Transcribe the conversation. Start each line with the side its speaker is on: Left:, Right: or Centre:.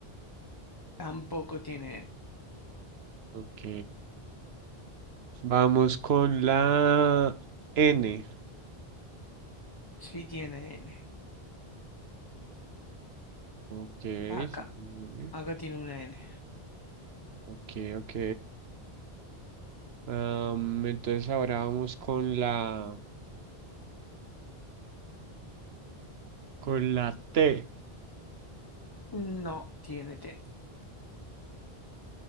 Left: Tampoco tiene. E.
Right: Ok. Vamos con la N.
Left: Sí tiene N.
Right: Ok.
Left: Acá.
Right: sí, tiene N.
Left: Acá tiene una N.
Right: Ok, ok. Am, entonces ahora vamos con la con la T.
Left: No tiene T.